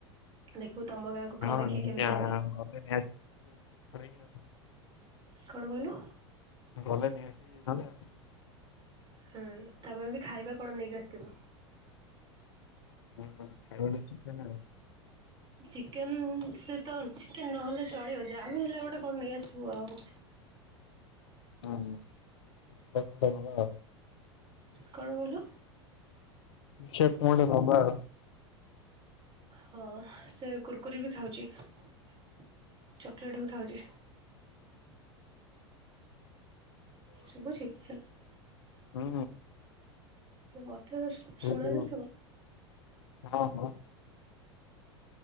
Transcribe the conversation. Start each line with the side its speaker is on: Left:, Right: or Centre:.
Right: ଦେଖିବୁ ତମ ଗାଁ କୁକୁର
Left: ହଁ
Right: ଦେଖିକି କେମିତି ହେବେ।
Left: <unintelligible> <unintelligible>
Right: କଣ କହିଲୁ?
Left: <unintelligible>
Right: ହୁଁ ତାପାଇଁ ବି ଖାଇବା କଣ ନେଇକି ଆସିଥିବୁ।
Left: <unintelligible>
Right: ଚିକେନ ସେ ତ ଚିକେନ ନହେଲେ ଚଳିବ ଯାହା ବି ହେଲେ ଗୋଟେ କଣ ନେଇଆସିବୁ ଆଉ।
Left: ହୁଁ ହଁ <inaudible>
Right: କଣ କହିଲୁ?
Left: ଦେଖିବା କଣ ଗୋଟେ ନବା ଆଉ।
Right: ହଁ ସେ କୁୁରକୁରି ବି ଖାଉଛି ଚକୋଲେଟ ବି ଖାଉଛି। ଶୁଭୁଛି ହେଲୋ
Left: ଉଁ।
Right: ମତେ କଣ ସୁ ଶୁଣାଯାଉଥିବ।
Left: ହଁ ହଁ ହ।